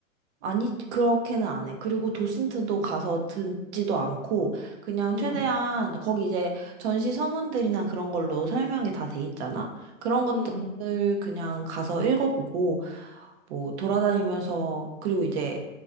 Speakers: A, on the right (about 55°); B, on the left (about 65°).
A: 아니, 그렇게는 안 해. 그리고 도슨트도 가서 듣지도 않고, 그냥
B: 응,
A: 최대한, 거기 이제 전시 서문들이나 그런 걸로 설명이 다 돼 있잖아? 그런 것들을
B: 응, 응.
A: 그냥 가서 읽어보고, 뭐, 돌아다니면서, 그리고 이제